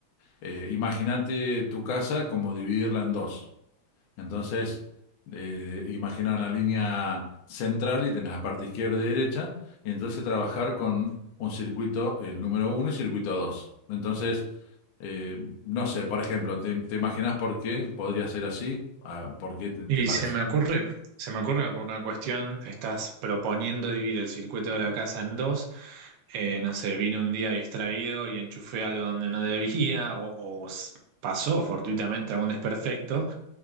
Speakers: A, on the left; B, on the right.
A: Eh, imagínate tu casa como dividirla en dos. Entonces, eh, imagina una línea central y tenés la parte izquierda y derecha, y entonces trabajar con un circuito, el número uno y circuito dos. Entonces, eh, no sé, por ejemplo, ¿te, te imaginas por qué podría ser así? Ah, ¿por qué te,
B: Y
A: te parece?
B: se me ocurre, se me ocurre por una cuestión, estás proponiendo dividir el circuito de la casa en dos. eh, no sé, vine un día distraído y enchufé algo donde no debía, o, o s- pasó fortuitamente algún desperfecto.